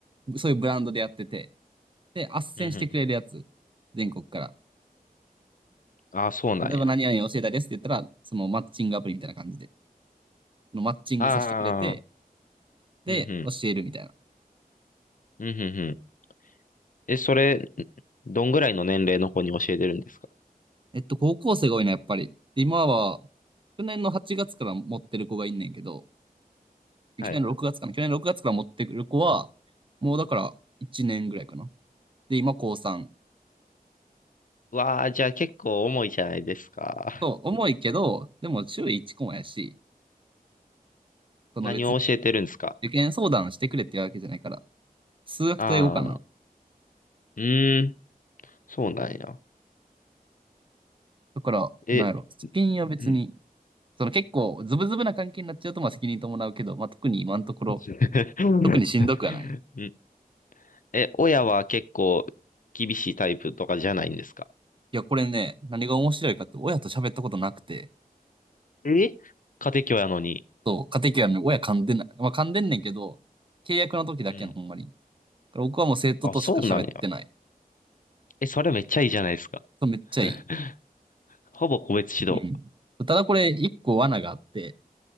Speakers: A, on the right; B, on the left.
A: あ、そういうブランドでやってて、で、斡旋してくれるやつ。
B: うん、
A: 全国から。
B: うん。あ、そうなんや。
A: 例えば何々教えたいですって言ったら、そのマッチングアプリみたいな感じで、のマッチングさせてくれて、
B: ああ、
A: で、
B: うん、うん。
A: 教えるみたいな。
B: うん、うん、うん。え、それ、どんぐらいの年齢の子に教えてるんですか
A: えっと、高校生が多いな、やっぱり。今は、去年の8月から持ってる子がいんねんけど、
B: はい。
A: 去年の6月かな。去年の6月から持ってくる子は、もうだから1年ぐらいかな。で、今高3。
B: わあ、じゃあ結構重いじゃないですか。
A: そう、重いけど、でも週1コマやし、
B: <laughs>
A: その別に
B: 何を教えてるんですか
A: 受験相談してくれって言うわけじゃないから、数学と英語かな。
B: ああ、うーん、そうなんや。
A: だから、
B: え、
A: なんやろ、試験は別に
B: うん。
A: その結構ズブズブな関係になっちゃうとまあ責任伴うけど、まあ特に今のところ、
B: <laughs>
A: 特にしんどくはない。い
B: うんえ、親は結構厳しいタイプとかじゃないんですか
A: や、これね、何が面白いかって親と喋ったことなくて、
B: え家庭教やのに。
A: そう、家庭教育の親噛んでない。まあ噛んでんねんけど、契約の時だけのほんまに。
B: うん。
A: 僕はもう生徒としか喋ってない。
B: あ、そうなんや。え、それめっちゃいいじゃないですか。
A: そう、めっちゃいい。
B: <laughs> ほぼ個別指導。
A: うん。ただこれ一個罠があって、